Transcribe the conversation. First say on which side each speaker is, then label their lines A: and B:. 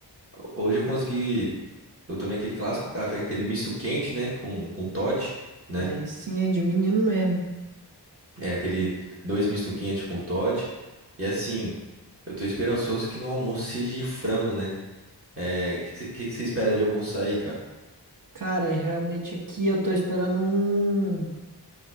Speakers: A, on the right; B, on the right.
A: Hoje eu consegui. Eu tomei aquele clássico café, aquele misto quente, né? Com, com Toddy, né?
B: Aí sim, é de menino mesmo.
A: É aquele dois misto quente com Toddy. E assim, eu tô esperançoso que no almoço seja de frango, né? É, que que você espera de almoço aí, cara?
B: Cara, realmente aqui eu tô esperando um,